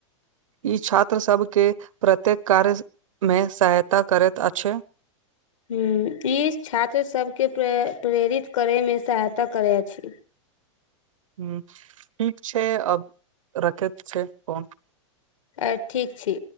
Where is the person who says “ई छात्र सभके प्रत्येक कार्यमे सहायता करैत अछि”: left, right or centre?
Right